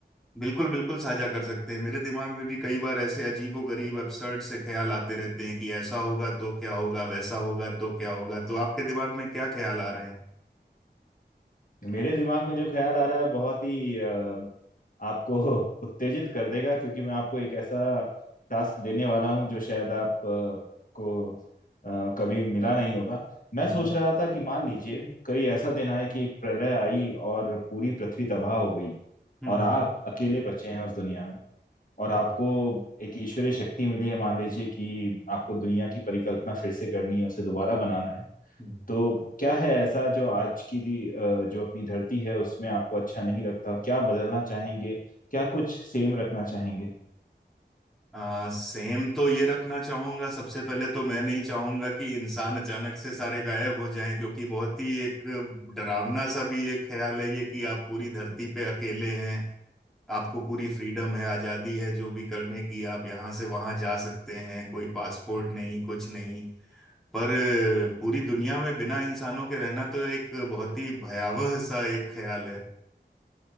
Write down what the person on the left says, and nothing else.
मेरे दिमाग में जो ख्याल आ रहा है बहुत ही अ, आपको <laughs> उत्तेजित कर देगा क्योंकि मैं आपको एक ऐसा टास्क देने वाला हूं जो शायद आप अ, को अ, कभी मिला नहीं होगा मैं
सोच रहा था कि मान लीजिए कहीं ऐसा दिन आए कि एक प्रलय आई और पूरी पृथ्वी तबाह हो गई
और आप अकेले बचे हैं उस दुनिया में और
आपको एक ईश्वरीय शक्ति मिली है मान लीजिए कि आपको दुनिया की परिकल्पना फिर से करनी है उसे दोबारा बनाना है
तो क्या है ऐसा जो आज की दी- अ, जो अपनी धरती है उसमें आपको अच्छा नहीं लगता क्या बदलना चाहेंगे क्या कुछ सेम रखना चाहेंगे